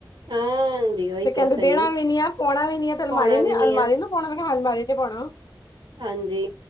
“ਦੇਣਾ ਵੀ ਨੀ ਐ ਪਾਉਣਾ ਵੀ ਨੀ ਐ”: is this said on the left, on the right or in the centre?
Left